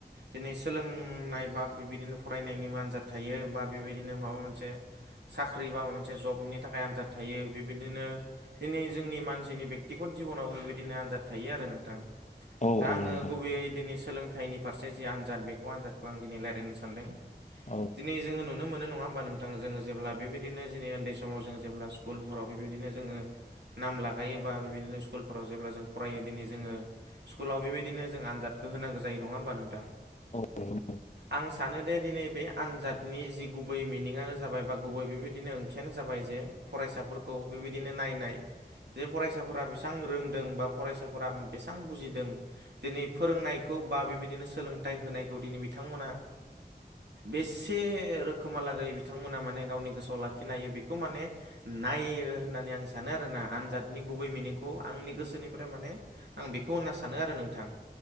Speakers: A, on the right; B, on the left.
A: दिनै सोलोंनाय बा बेबायदिनो फरायनायनिबो आनजाद थायो बा बेबायदिनो माबा मोनसे साख्रि बा माबा मोनसे जबनि थाखाय आनजाद थायो बेबायदिनो दिनै जोंनि मानसिनि बेक्तिगत जिबनावबो बेबायदिनो आनजाद थायो आरो नोंथां।
B: औ
A: दा
B: औ
A: आङो
B: नंगौ
A: गुबैयै दिनै सोलोंथाइनि फारसे जि आनजाद बेखौ आनजादखौ आं दिनै रायलायनो सानदों।
B: औ
A: दिनै जोङो नुनो मोनो नङा ओमबा नोंथां जोङो जेब्ला बेबायदिनो दिनै उन्दै समाव जोङो जेब्ला स्कुलफोराव बेबायदिनो जोङो नाम लागायोबा बेबायदिनो स्कुलफोराव जेब्ला फरायो दिनै जोङो स्कुलाव बेबायदिनो जों आनजादखौ होनांगो जायो नङा होमबा नोंथां?
B: औ नंगौ
A: आं सानो दे दिनै बे आनजाद नि जि गुबै मिनिङानो जाबाय बा गुबै बेबायदिनो ओंथियानो जाबाय जे फरायसाफोरखौ बेबायदिनो नाय नाय जे फरायसाफोरा बेसेबां रोंदों बा फरायसाफोरा बेसां बुजिदों। दिनै फोरोंनायखौ बा बेबायदिनो सोलोंथाइ होनायखौ दिनै बिथांमोना बेसे रोखोमालागै बिथांमोना माने गावनि गोसोआव लाखिनो हायो बेखौ माने नायो होननानै आं सानो आरोना आनजादनि गुबै मिनिंखौ आंनि गोसोनिफ्राय माने आं बेखौ होनना सानो आरो नोंथां।